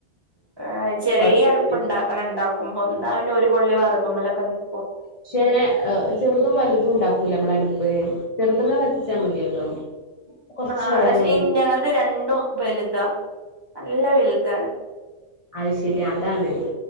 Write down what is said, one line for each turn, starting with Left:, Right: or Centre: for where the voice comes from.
Right: ആഹ് ചെറിയ
Left: കൊഴപ്പൊന്നുല്ല
Right: അടുപ്പൊൺ ഇണ്ടാക്കണം ഉണ്ടാക്കുമ്പോ എന്താ പിന്ന ഒര്കൊള്ളി വെറകുമ്മലക്ക് നിക്കും
Left: പക്ഷേ അങ്ങനെ ചെറുതും വലുതും ഉണ്ടാക്കൂലെ നമ്മളെ അടുപ്പ് ചെറുതുമ്മെ കത്തിച്ചാ മതിയല്ലോ കൊറച്ച്
Right: ആഹ്
Left: വിറക്
Right: പഷേ
Left: മതി
Right: എൻ ഞങ്ങളത് രണ്ടും വെലുതാ നല്ല വെലുതാണ്
Left: അയ്ശെരി അതാണ്